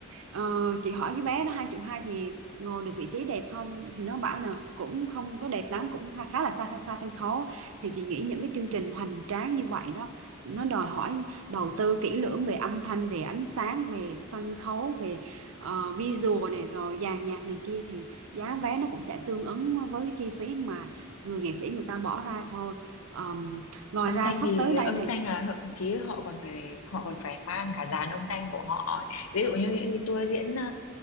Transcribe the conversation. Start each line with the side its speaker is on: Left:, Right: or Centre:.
Right: ờ, chị hỏi cái vé nó hai triệu hai thì ngồi được vị trí đẹp không thì nó bảo là cũng không có đẹp lắm cũng khá khá là xa xa sân khấu thì chị nghĩ những cái chương trình hoành tráng như vậy đó nó đòi hỏi đầu tư kỹ lưỡng về âm thanh về ánh sáng về sân khấu về ờ, visual này rồi dàn nhạc này kia thì giá vé nó cũng sẽ tương ứng với cái chi phí mà người nghệ sĩ người ta bỏ ra thôi Ờm, ngoài
Left: âm
Right: ra
Left: thanh
Right: sắp
Left: thì
Right: tới đây
Left: âm
Right: này
Left: thanh là thậm chí họ còn phải họ còn phải mang cả dàn âm thanh của họ ấy. ví dụ như những cái tour diễn ờ,